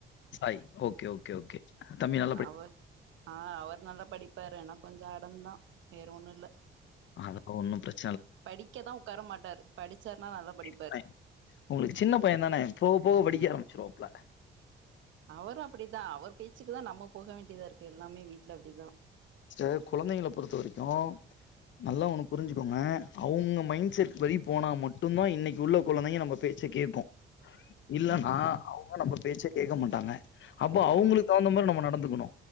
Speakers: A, on the left (about 70°); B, on the right (about 75°).
A: Sai okay okay okay தம்பி ந
B: அவர் ஆ அவர் நல்லா படிப்பாரு ஆனா கொஞ்சோ அடம்தா வேற ஒண்ணுல்ல
A: அதா ஒண்ணு பிரச்
B: படிக்கதா உக்கார மாட்டாரு படிச்சாருனா நல்லா படிப்பாரு
A: அதான் உங்களுக்கு சின்ன பையே தான போவ போவ படிக்க ஆரமிச்சிருவாப்ல
B: அவரு அப்டிதா அவர் பேச்சுக்கு தா நம்ம போக வேண்டியதாருக்கு எல்லாமே வீட்ல அப்டிதா
A: சிஸ்டர் கொழந்தைங்கள பொறுத்த வரைக்கு நல்லா ஒண்ணு புரிஞ்சுக்கோங்க அவுங்க மைண்ட் செட் படி போனா மட்டுதா இன்னைக்கி உள்ள கொழந்தைங்க நம்ம பேச் ச கேக்கு இல்லன்னா
B: ம்
A: அவுங்க நம்ம பேச்ச கேக்க மாட்டாங்க அப்போ அவுங்களுக்கு
B: ம்
A: தகுந்த மாதிரி நம்ம நடந்துக்கணு